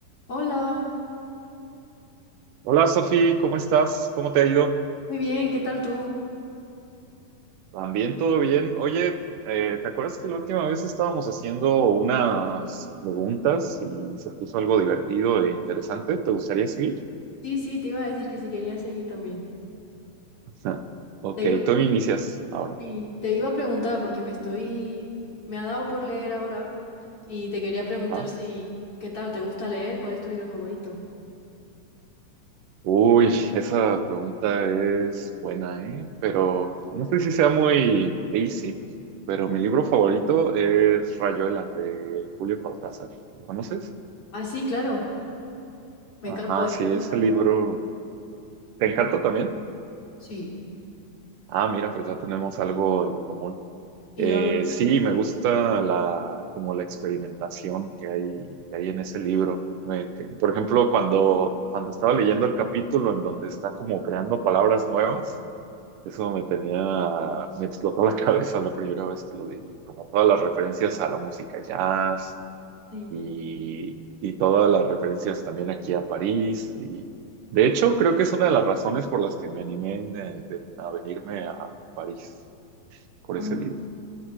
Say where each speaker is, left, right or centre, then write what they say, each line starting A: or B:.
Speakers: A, on the left (about 40°); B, on the right (about 70°).
A: Hola,
B: Hola Sofi, ¿cómo estás? ¿Cómo
A: muy
B: te ha ido?
A: muy bien, ¿qué tal tú?
B: También todo bien. Oye, eh, ¿te acuerdas que la última vez estábamos haciendo unas preguntas y se puso algo divertido e interesante? ¿Te gustaría seguir?
A: Sí, sí, te iba a decir que si quería seguir también.
B: <laughs> Ok,
A: Te iba,
B: tú inicias ahora.
A: sí, te iba a preguntar porque me estoy, me ha dado por leer ahora y te quería preguntar
B: Ah.
A: si, ¿qué tal? ¿Te gusta leer? ¿Cuál es tu libro favorito?
B: Uy, esa pregunta es buena, ¿eh? Pero no sé si sea muy basic, pero mi libro favorito es Rayuela de Julio Cortázar. ¿Lo conoces?
A: Ah, sí, claro, me
B: Ajá,
A: encanta. de-
B: sí,
A: Me
B: ese
A: encanta.
B: libro. ¿Te encanta también?
A: Sí,
B: Ah, mira, pues ya tenemos algo en común.
A: y
B: Eh,
A: lo has-
B: sí, me gusta la, como la experimentación que hay, que hay en ese libro. Me- que- por ejemplo, cuando, cuando estaba leyendo el capítulo en donde está como creando palabras nuevas, eso me tenía, me explotó la <laughs> cabeza la primera vez que lo leí, como todas las referencias a la música jazz,
A: sí.
B: y, y todas las referencias también aquí a París. Y de hecho, creo que es una de las razones por las que me animé de- de- a venirme a París por
A: anda.
B: ese libro.